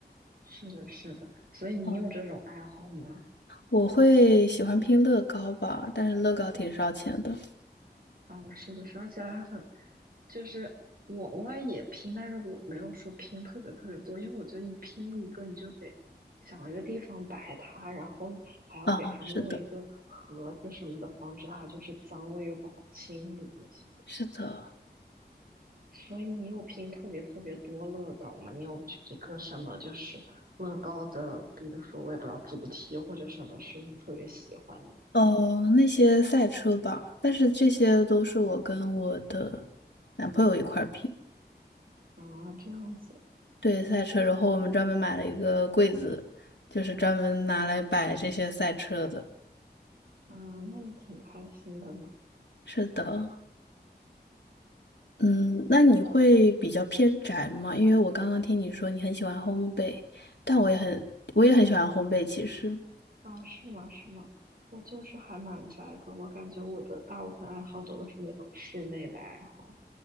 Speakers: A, on the right; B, on the left.
A: 是的，是的，所以你有这种爱好吗？
B: 哦。我会喜欢拼乐高吧，但是乐高挺烧钱的。
A: 啊，是的，是的，而且还很，就是我偶尔也拼，但是我没有说拼特别特别多，因为我觉得你拼一个你就得想一个地方摆它，然后还要给它弄一个盒子什么的，
B: 啊，是的，
A: 防止它就是脏了又不好清理那些。
B: 是的，
A: 所以你有拼特别特别多乐高吗？你有一个什么就是乐高的，比如说我也不知道主题或者什么是你特别喜欢的吗？
B: 呃，那些赛车吧，但是这些都是我跟我的男朋友一块儿拼。
A: 啊，这样子，
B: 对，赛车，然后我们专门买了一个柜子，就是专门拿来摆这些赛车的。
A: 啊，那也挺开心的嘛。
B: 是的，嗯，那你会比较偏宅吗？因为我刚刚听你说你很喜欢烘焙，但我也很，我也很喜欢烘焙，其实。
A: 啊，是吗？是吗？我就是还蛮宅的，我感觉我的大部分爱好都是那种室内的爱好。